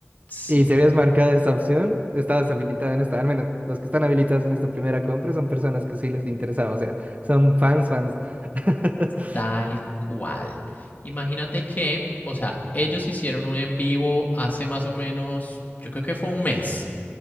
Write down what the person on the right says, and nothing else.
Y si habías marcado esa opción, estabas habilitada en esta, al menos los que están habilitados en esta primera compra son personas que sí les interesaba, o sea, son fans, fans. <laughs>